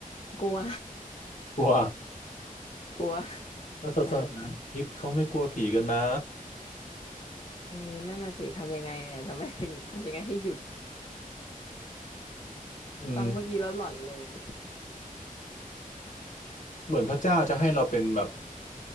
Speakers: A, on the left (about 40°); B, on the left (about 60°).
A: กลัว
B: กลัว
A: กลัว
B: แล้วศาสนาคริดเขาไม่กลัวผีกันนะ
A: ใช่เออนั่นน่ะสิทำยังไงอ่ะทำไมถึงทำยังไงให้หยุด
B: อืม
A: ฟังเมื่อกี้แล้วหลอนเลย
B: เหมือนพระเจ้าจะให้เราเป็นแบบ